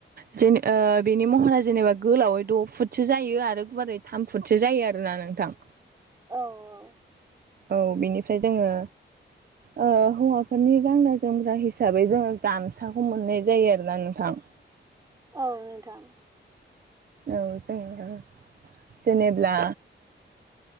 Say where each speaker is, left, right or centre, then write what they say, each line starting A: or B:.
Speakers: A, on the right; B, on the right.
A: जेन ओ बेनि महरा जेनेबा गोलावै द' फुटसो जायो आरो गुवारै थाम फुटसो जायो आरोना नोंथां
B: औ औ
A: औ बिनिफ्राय जोङो ओ हौवाफोरनि गानग्रा जोमग्रा हिसाबै जोङो गामसाखौ मोननाय जायो आरोना नोंथां
B: औ नोंथां
A: औ जोङो जेनेब्ला